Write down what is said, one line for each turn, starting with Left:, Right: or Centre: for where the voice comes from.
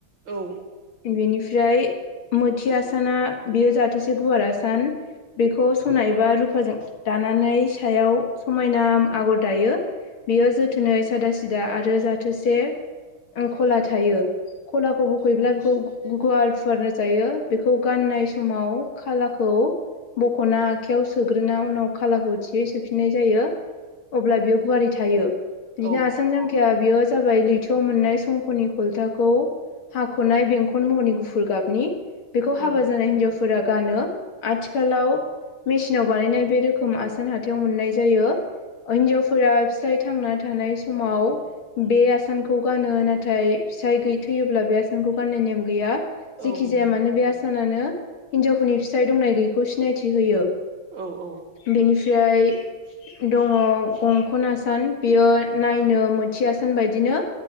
Right: औ
Left: बेनिफ्राय मोथि आसाना बेयो जाहाथेसे गुवार आसान बेखौ सुनाय एबा रुफाजों दानानै सायाव समायना आगर दायो बेयो जोथोन थोनै सादा सिदा आरो जाथोसे ओ खला थायो खलाखौ गैब्ला बेखौ गु गुवार फुवारना जायो बेखौ गाननाय समाव खालाखौ बख'ना आखायाव सोग्रोना उनाव खालाखौ थियै सोफिननाय जायो अब्ला बियो गुवारि थायो। बिदिनो
Right: ओं
Left: आसान
Right: औ
Left: जांखिया बेयो जाबाय लैथोआव मोननाय संख'नि खलथाखौ हाख'नाय बेंखन महरनि गुफुर गाबनि बेखौ
Right: उम
Left: हाबा जानाय हिन्जावफोरा गानो आथिखालाव मेसिनाव बानायनाय बे रोखोम आसान हाथायाव मोननाय जायो। ओ हिनजावफोरा फिसाइ थांना थानाय समाव बे आसानखौ गानो। नाथाय फिसाय थै-थैयोब्ला बे आसानखौ गाननाय नेम गैया।
Right: औ
Left: जेखिजाया
Right: नंगौ
Left: मानो बे आसानानो हिनजावफोरनि फिसाइ दंनाय गैयैखौ सिनायथि होयो।
Right: औ औ।
Left: बिनिफ्राय दङ गंखना सान बियो नायनो मोनथिया आसान बायदिनो।